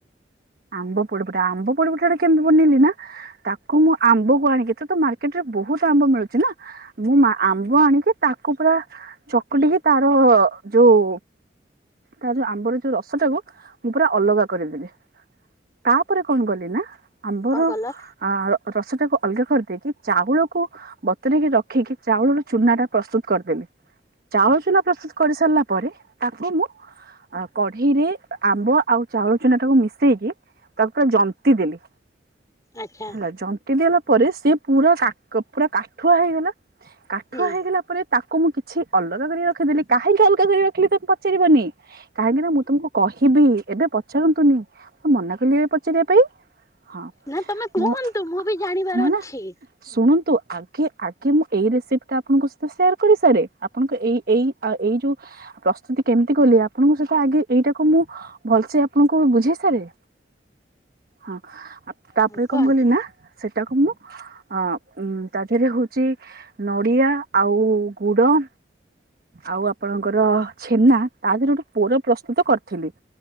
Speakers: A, on the right; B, on the left.
A: ଆମ୍ବ ପୋଡ ଗୋଟେ ଆମ୍ବ ପୋଡପିଠା ଟା କେମତି ବନେନି ନା ତାକୁ ମୁଁ ଆମ୍ବ କୁ ଆଣିକି ତୋତ ମାର୍କେଟ ରେ ବହୁତ ଆମ୍ବ ମିଳୁଚି ନା ମୁଁ ମା ଆମ୍ବ ଆଣିକି ତାକୁ ପୁରା ଚକୁଟିକି ତାର ଯୋଉ ତା ଯୋଉ ଆମ୍ବର ଯୋଉ ରସଟାକୁ ମୁଁ ପୁରା ଅଲଗା କରିଦେବି ତାପରେ କଣ କଲି ନା ଆମ୍ବର
B: କଣ କଲ
A: ଆ ରସଟାକୁ ଅଲଗା କରିଦେଇକି ଚାଉଳକୁ ବତୁରେକି ରଖିକି ଚାଉଳର ଚୁନା ଟା ପ୍ରସ୍ତୁତ କରଦେଲି। ଚାଉଳ ଚୁନା ପ୍ରସ୍ତୁତ କରି ସାରିଲା ପରେ ତାକୁ ମୁଁ ଆ କଢେଇରେ ଆମ୍ବ ଆଉ ଚାଉଳ ଚୁନା ଟାକୁ ମିଶେଇକି ତାକୁ ପୁରା ଜନ୍ତି ଦେଲି
B: ଆଚ୍ଛା
A: ହେଲା ଜ ଦେଲା ପରେ ସେ ପୁରା ପୁରା କାଠୁଆ ହେଇଗଲା କାଠୁଆ
B: ହୁଁ
A: ହେଇଗଲା ପରେ ତାକୁ ମୁଁ କିଛି ଅଲଗା କରି ରଖିଦେଲି କାହିଁକି ଅଲଗା କରି ରଖିଲି ତମେ ପଚାରିବନି। କାହିଁକି ନା ମୁଁ ତମକୁ କହିବି ଏବେ ପଚାରନ୍ତୁନି ମୁଁ ମନା କଲି ଏବେ ପଚାରିବା ପାଇଁ। ହଁ
B: ନା ତମେ କୁହନ୍ତୁ
A: ମୁଁ
B: ମୁଁ ବି ଜାଣିବାର
A: ନା ନା
B: ଅଛି।
A: ଶୁଣନ୍ତୁ ଆଗେ ଆଗେ ମୁଁ ଏଇ ରେସିପି ଟା ଆପଣଙ୍କ ସହିତ ସେୟାର କରି ସାରେ ଆପଣଙ୍କ ଏଇ ଏଇ ଆଉ ଏଇ ଯୋଉ ପ୍ରସ୍ତୁତି କେମିତି କଲି ଆପଣଙ୍କୁ ସେଇଟା ଆଗେ ଏଇଟାକୁ ମୁଁ ଭଲସେ ଆପଣଙ୍କୁ ବୁଝେଇ ସାରେ। ହଁ ଆ ତାପରେ
B: ହଁ କୁହନ୍ତୁ।
A: କଣ କଲି ନା ସେଇଟାକୁ ମୁଁ ଅ ଉ ତା ଦେହରେ ହଉଛି ନଡିଆ ଆଉ ଗୁଡ। ଆଉ ଆପଣଙ୍କର ଛେନା ତା ଦେହରେ ଗୋଟେ ପୁର ପ୍ରସ୍ତୁତ କରିଥିଲି।